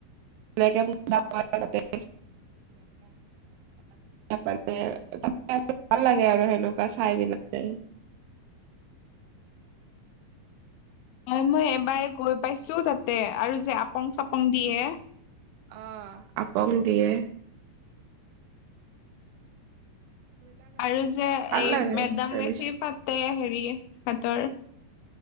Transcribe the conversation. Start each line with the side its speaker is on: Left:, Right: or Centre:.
Right: ে <unintelligible> তাৰপিছত মানুহে লাহেকৈ ভাল লাগে আৰু সেনেকোৱা চাই বিলাকে
Left: হয় মই এবাৰে গৈ পাইছো তাতে আৰু যে আপং চাপং দিয়ে।
Right: অহ আপং দিয়ে।
Left: আৰু যে
Right: ভাল
Left: এই
Right: লাগে
Left: মেডাম
Right: ট্ৰেডিচন।
Left: মেফি পাতে হেৰি ইহঁতৰ